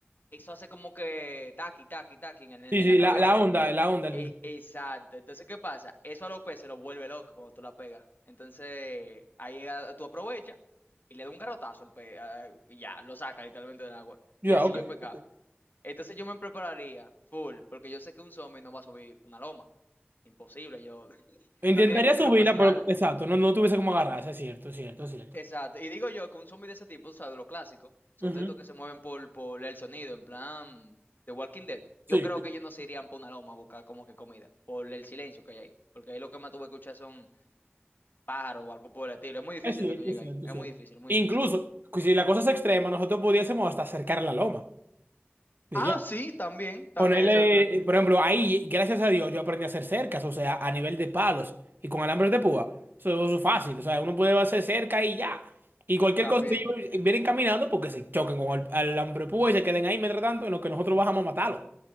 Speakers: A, on the left (about 50°); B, on the right (about 55°).
A: eso hace como que taqui, taqui, taqui en, el-
B: sí,
A: en
B: sí,
A: la
B: la,
A: cabeza.
B: la onda, la onda. el-
A: E- Exacto. Entonces, ¿qué pasa? Eso a los se lo vuelve loco cuando tú la pegas. Entonces, ahí llega- tú aprovechas y le das un garrotazo al pe ah, y ya, lo saca literalmente del agua.
B: Ya,
A: Y así
B: ok,
A: yo he pecado.
B: ok.
A: Entonces yo me prepararía full, porque yo sé que un zombie no va a subir una loma. Imposible, yo <laughs>
B: Intentaría
A: no tienen esa
B: subirla,
A: capacidad.
B: pero exacto, no, no tuviese como agarrarse, es cierto, es cierto, es cierto.
A: Exacto. Y digo yo que un zombie de ese tipo, o sea, de lo clásico, son
B: Ujú,
A: de estos que se mueven por, por el sonido, en plan The Walking Dead.
B: Sí.
A: Yo creo que ellos no se irían por una loma a buscar como que comida, por el silencio que hay ahí. Porque ahí lo que más tuve que escuchar son pájaros o algo por el estilo. Es muy difícil
B: Es cierto,
A: que tú llegues
B: es cierto,
A: ahí. Es
B: es cierto.
A: muy difícil, muy
B: Incluso,
A: difícil.
B: pues, si la cosa es extrema, nosotros pudiésemos hasta cercar la loma. Y
A: Ah,
B: ya.
A: sí, también, también
B: Ponerle,
A: eso detrás.
B: eh, por ejemplo, ahí, gracias a Dios, yo aprendí a hacer cercas, o sea, a nivel de palos y con alambres de púa. Eso, eso es fácil, o sea, uno puede hacer cerca y ya. Y cualquier
A: También.
B: cosa, si ellos vienen caminando, porque se choquen con el alambre de púa y se queden ahí mientras tanto, en lo que nosotros bajamos a matarlos.